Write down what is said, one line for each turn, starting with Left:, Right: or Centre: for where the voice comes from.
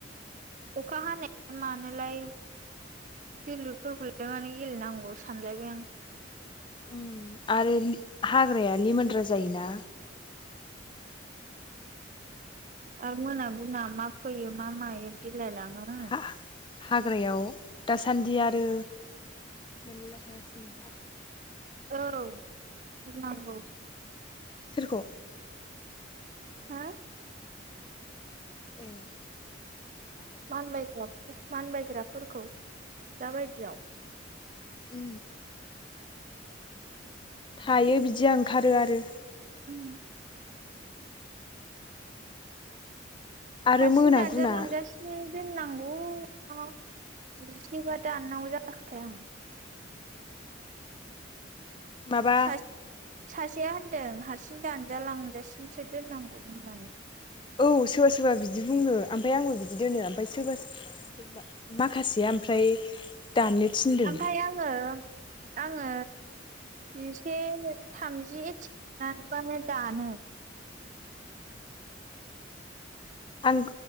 Right: अखा हानाया मानोलाय जोलुरफोरखौलाय मान गेलेनांगौ सानलायबाय आं।
Left: उ आरो।
Right: <inaudible>
Left: हाग्राया लिमोनद्रा जायोना
Right: आरो मोना गुना मा फैयो मा मायो बिलायलाङो। ह।
Left: हा हाग्रायाव दासान्दि आरो मेरला थागासिनो।
Right: औ गिनांगौ
Left: <inaudible> सोरखौ।
Right: हा।
Left: ए।
Right: मानबाय जोब। मान बायग्राफोरखौ। दाबायदियाव।
Left: उ। थायो बिदिया ओंखारो आरो।
Right: उम।
Left: आरो
Right: हारसिं
Left: मोना
Right: दान्जा
Left: गुना
Right: लांजासिनो। दोननांगौ एसेबा दाननांगौ जाखोथाय आं।
Left: माबा।
Right: सासे सासेया होनदों हारसिं दानजालांजासिमसो दोननांगौ होननानै।
Left: औ सोरबा सोरबा बिदि बुङो ओमफ्राय आंबो बिदि दोनो ओमफ्राय सोरबा माखासेया ओमफ्राय। दाननो थिनदों
Right: ओमफाय आङो। आङो जिसे थामजिथिबानो दानो।
Left: आं